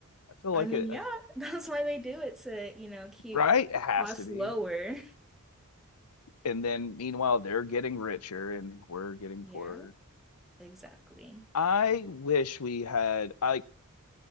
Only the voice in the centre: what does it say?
I mean,
yeah, <laughs> that's why they do it to, you know, keep
costs
lower.
Yeah,
exactly.